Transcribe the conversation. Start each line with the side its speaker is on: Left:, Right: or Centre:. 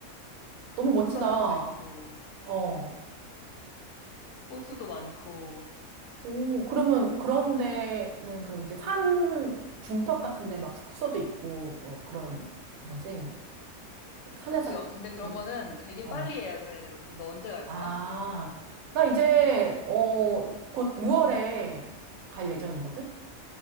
Right: 너무 멋지다.
Left: 화산도 있고,
Right: 어.
Left: 호수도 많고.
Right: 오, 그러면 그런 데는 그럼 이제 산 중턱 같은 데 막 숙소도 있고 뭐 그런 거지? 산에서
Left: 그치, 어, 근데 그런
Right: 잠도
Left: 거는
Right: 자-
Left: 되게
Right: 어.
Left: 빨리 예약을 해야 되거든. 너 언제 갈
Right: 아,
Left: 거야?
Right: 나 이제 어, 곧 6월에 갈 예정이거든?